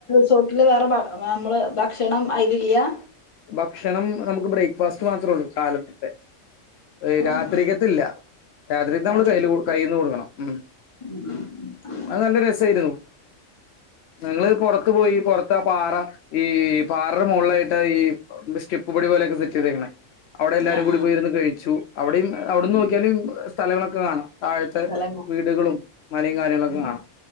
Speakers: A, on the left; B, on the left.
A: തൊട്ടില് വേറെ ഭ വ നമ്മള് ഭക്ഷണം അയിലി ല്ല്യാ
B: ഭക്ഷണം നമുക്ക് ബ്രേക്ക്ഫാസ്റ്റ് മാത്രോ ഒള്ളൂ കാലത്ത്ത്തെ എയ്യ്
A: ആഹ്
B: രാത്രിക്കത്തില്ല രാത്രിത്തെ നമ്മള്
A: രാത്രികത്തേക്ക്
B: കയ്യില് കയ്യീന്ന് കൊടുക്കണം ഉ
A: ഉം ഉം
B: അത് നല്ല രസായിരുന്നു ഞങ്ങള് പൊറത്ത് പോയി പൊറത്ത പാറ ഈ പാററ മൊളിലായിട്ട് ഈ മിസ് സ്റ്റെപ്പ് പടി പോലെ ഒക്കെ സെറ്റ് ചെയ്തേക്കെന്നെ അവിടെ എല്ലാരും
A: ഉം അങ്ങനെ ആഹ്
B: കൂടി
A: ആഹ്
B: പോയിരുന്ന് കഴിച്ചു അവിടെയും അവിടുന്ന് നോക്കിയാല്
A: ഉം
B: സ്ഥലങ്ങള് ഒക്കെ കാണാം താഴത്തെ
A: സ്ഥലം കാണാൻ.
B: വീടുകളും മലയും കാര്യങ്ങള് ഒക്കെ
A: ഉം ഉം
B: കാണാം